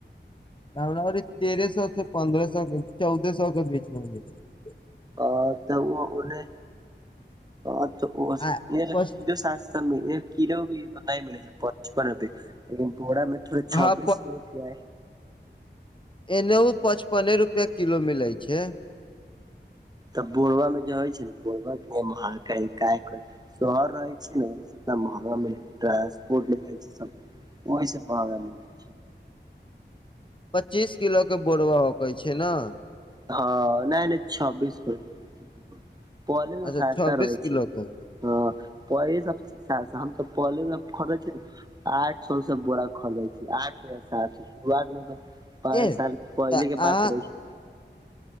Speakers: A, on the left; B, on the right.
A: हमरा ओरी तेरे सौ सँ पन्द्रह सौ चौदह सौ केँ बिच <unintelligible>
B: अ तऽ उ उने <unintelligible> कीलो
A: आ पच
B: भी नय मिलै छै पचपन रुपए लेकिन बोरा मे थोड़े
A: हँ
B: छब्बीस रुपय
A: एनहुँ पचपने रुपया किलो मिलै छै
B: तऽ बोरवा मे जे होइ छै नऽ बोरावा मे <unintelligible> शहर रहय छै नुऽ तऽ महँगा मिलय ट्रांसपोट <unintelligible> ओहि सँ महगा मिलै
A: पच्चीस किलो केँ बोरबा होके छै नऽ
B: हँ नय - नय छब्बीस किलो पहले नु
A: अच्छा
B: सास्ता
A: छब्बीस
B: रहै
A: किलो
B: छै
A: के
B: हँ पहिले सबसँ सस्ता हम सब पहले बला खरीदै छि नऽ आठ सौ सँ बोरा खरदैय छी आठ या सात सौ <unintelligible> पाँच
A: ए
B: साल पहले
A: तऽ
B: केँ
A: अहाँ
B: बात रहै छै